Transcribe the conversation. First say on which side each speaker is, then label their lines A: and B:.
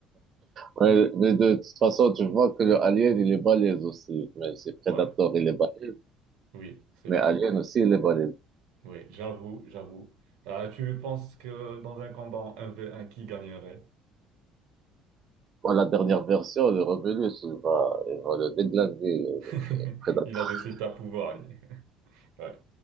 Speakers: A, on the right; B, on the right.
A: Ouais, mais de toute façon, tu vois que le Alien, il est balèze aussi. Mais c'est Predator,
B: Ouais,
A: il est balèze.
B: oui, c'est
A: Mais
B: vrai.
A: Alien aussi, il est balèze.
B: Oui, j'avoue, j'avoue. Ah, tu penses que dans un combat en 1v1, qui gagnerait?
A: Bon, la dernière version, le Romulus, il va, il va le déglinguer, le
B: <laughs>
A: Predator.
B: Il a des super pouvoirs, lui. <laughs> Ouais,